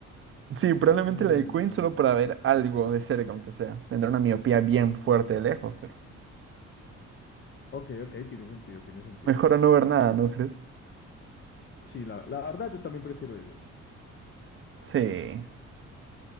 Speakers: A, on the right; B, on the left.
A: Sí, probablemente
B: Mm,
A: la de Queen solo para ver algo de cerca, aunque sea. Tendrá una miopía bien fuerte de lejos, pero
B: ok, ok, tiene sentido, tiene sentido.
A: mejor a no ver nada, ¿no crees?
B: Sí, la, la verdad yo también prefiero eso.
A: Sí.